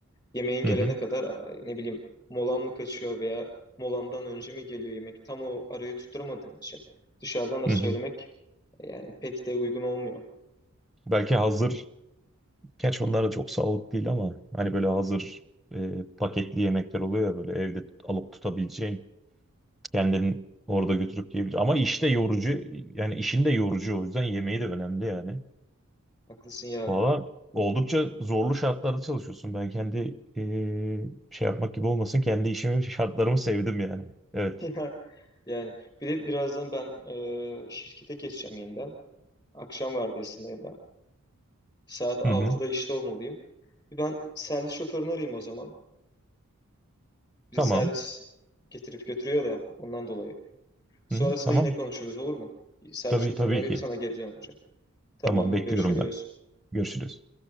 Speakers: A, on the left; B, in the centre.
A: Yemeğin gelene
B: Hı hı.
A: kadar ne bileyim molan mı kaçıyor veya molandan önce mi geliyor yemek? Tam o arayı tutturamadığın için dışarıdan da
B: Hı
A: söylemek
B: hı.
A: e, yani pek de uygun olmuyor.
B: Belki hazır, gerçi onlar da çok sağlıklı değil ama hani böyle hazır e, paketli yemekler oluyor ya böyle evde tut- alıp tutabileceğin, kendin orada götürüp yiyebileceğin. Ama işte yorucu, yani işin de yorucu o yüzden yemeği de önemli yani.
A: Haklısın ya.
B: Valla oldukça zorlu şartlarda çalışıyorsun. Ben kendi e, şey yapmak gibi olmasın, kendi işimi, şartlarımı sevdim yani. Evet.
A: <laughs> Yani bir de birazdan ben e, şirkete geçeceğim yeniden. Akşam vardiyasındayım ben. Saat altıda
B: Hı hı.
A: işte olmalıyım. Bir ben servis şoförünü arayayım o zaman. Bizi
B: Tamam.
A: servis getirip götürüyor da ondan dolayı. Sonrasında
B: Hı, tamam.
A: yine konuşuruz olur mu? Bir Servis
B: Tabii
A: şoförünü
B: tabii
A: arayıp
B: ki.
A: sana geri döneceğim. Tamam
B: Tamam bekliyorum
A: görüşürüz.
B: ben. Görüşürüz.